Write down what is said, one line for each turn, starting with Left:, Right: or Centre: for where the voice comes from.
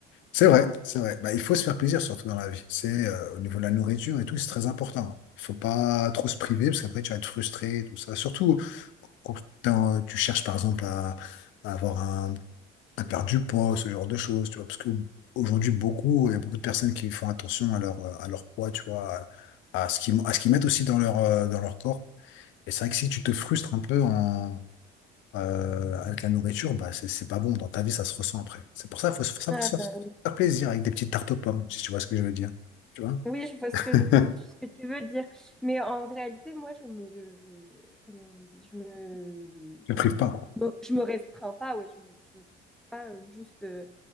Left: c'est vrai, c'est vrai. Bah, il faut se faire plaisir, surtout dans la vie. C'est euh, au niveau de la nourriture et tout, c'est très important. Il faut pas trop se priver, parce qu'après, tu vas être frustré, et tout ça. Surtout quand t'as- tu cherches, par exemple, à, à avoir un, à perdre du poids, ce genre de choses, tu vois. Parce qu'aujourd'hui, beaucoup, il y a beaucoup de personnes qui font attention à leur, euh, à leur poids, tu vois, à à ce qu'ils, à ce qu'ils mettent aussi dans leur, euh, dans leur corps. Et c'est vrai que si tu te frustres un peu en, euh, avec la nourriture, bah, c'est c'est pas bon. Dans ta vie, ça se ressent après. C'est pour ça qu'il faut, se- faut savoir
Centre: Ah
Left: se
Centre: bah,
Left: faire faire plaisir avec des petites tartes aux pommes, si tu vois ce que je veux dire. Tu vois?
Centre: oui, je vois ce
Left: <laughs>
Centre: que je, ce que tu veux dire. Mais en réalité, moi, je me, comment on dit, je me,
Left: Je
Centre: enfin,
Left: ne prive pas, quoi.
Centre: bon, je me restreins pas, ouais, je me, je me prive pas, euh, juste euh,